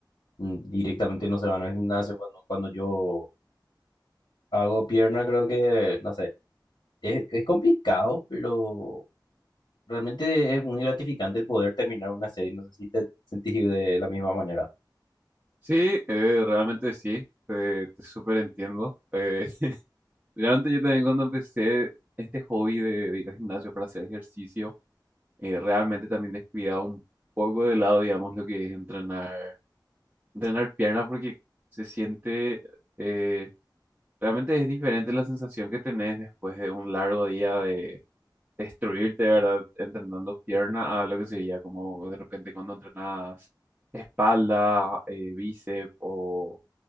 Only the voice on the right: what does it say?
Sí, eh, realmente sí, te, te súper entiendo. Eh, <laughs> realmente yo también cuando empecé este hobby de, de ir al gimnasio para hacer ejercicio, eh, realmente también descuidaba un poco de lado, digamos, lo que es entrenar, entrenar pierna porque se siente... eh, Realmente es diferente la sensación que tenés después de un largo día de destruirte, ¿verdad? Entrenando pierna
a lo que sería como de repente cuando entrenas espalda, eh, bíceps o,